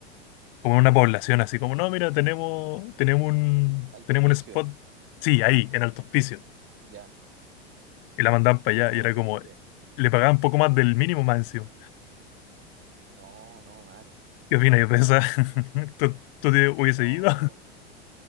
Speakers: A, on the left; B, on the right.
A: como en una población así, como, no, mira, tenemos, tenemos un,
B: Alto
A: tenemos
B: Hospicio,
A: un spot, sí, ahí, en Alto Hospicio.
B: ¿ya?
A: Y la mandaban para
B: No,
A: allá y era
B: horrible,
A: como, le pagaban poco más del mínimo más encima.
B: no, no, mal,
A: ¿Qué opinas? Yo pensaba, <laughs> ¿tú, tú te hubiese
B: no,
A: ido